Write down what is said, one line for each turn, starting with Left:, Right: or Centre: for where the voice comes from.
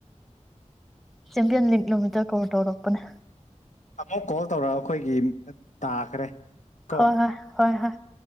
Centre: ꯆꯦꯝꯄꯤꯌꯟ ꯂꯤꯒ ꯅꯨꯃꯤꯠꯇ ꯀꯧ ꯇꯧꯔꯛꯄꯅꯦ
Left: ꯑꯃꯥꯃꯨꯛ ꯀꯣꯜ ꯇꯧꯔ ꯑꯩꯈꯣꯏꯒꯤ ꯇꯥꯈ꯭ꯔꯦ ꯀꯣ
Centre: ꯍꯣꯏ ꯍꯣꯏ ꯍꯣꯏ ꯍꯣꯏ <inaudible>